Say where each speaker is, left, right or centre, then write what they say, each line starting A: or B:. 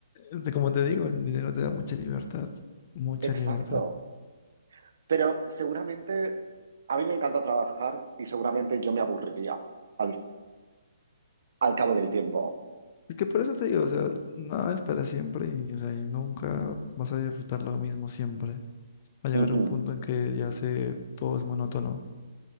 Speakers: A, on the left; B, on the right.
A: de- como te digo, el dinero te da mucha libertad, mucha
B: Exacto.
A: libertad.
B: Pero seguramente a mí me encanta trabajar y seguramente yo me aburriría al, al cabo del tiempo.
A: Es que por eso te digo, o sea, nada es para siempre y, o sea, y nunca vas a disfrutar lo mismo siempre. Va a llegar
B: Ujú.
A: un punto en que ya se todo es monótono.